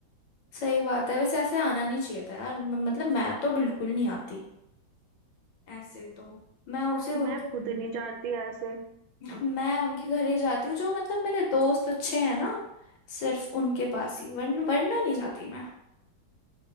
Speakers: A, on the left; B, on the right.
A: सही बात है वैसे ऐसे आना नहीं चाहिए था यार म- मतलब मैं तो बिल्कुल नहीं आती ऐसे तो मैं उसे
B: मैं
A: उनके
B: खुद नहीं जाती ऐसे
A: मैं उनके घर ही जाती हूँ जो मतलब मेरे दोस्त अच्छे हैं ना सिर्फ उनके पास ही वरन वरना नहीं जाती मैं